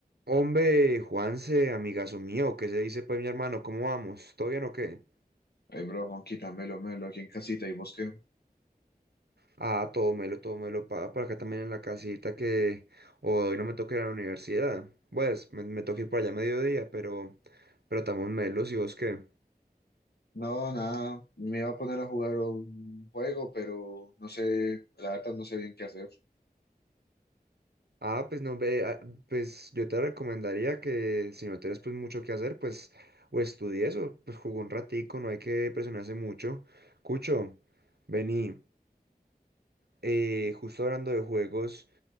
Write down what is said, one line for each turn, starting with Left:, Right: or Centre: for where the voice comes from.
Right: Hombre, Juanse, amigazo mío, ¿qué se dice pues mi hermano? ¿Cómo vamos? ¿Todo bien o qué?
Left: Hey bro, Juanquita, melo, melo, aquí en casita, ¿y vos qué?
Right: Ah, todo melo, todo melo, pa, por acá también en la casita que hoy no me toca ir a la universidad. Pues me, me toca ir por allá a mediodía, pero pero estamos melos, ¿y vos qué?
Left: No, nada, me iba a poner a jugar un juego, pero no sé, la verdad no sé bien qué hacer.
Right: Ah, pues no ve, ah, pues yo te recomendaría que si no tienes pues mucho que hacer, pues o estudies o pues jugó un ratico, no hay que presionarse mucho. Cucho, vení, eh, justo hablando de juegos.